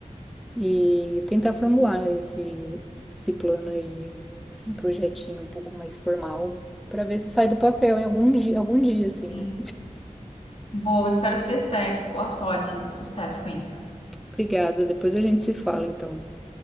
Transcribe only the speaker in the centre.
E tentar formular esse, esse plano aí, um projetinho um pouco mais formal, para ver se sai do papel em algum dia, algum dia, assim,
né?
Obrigada. Depois a gente se fala, então.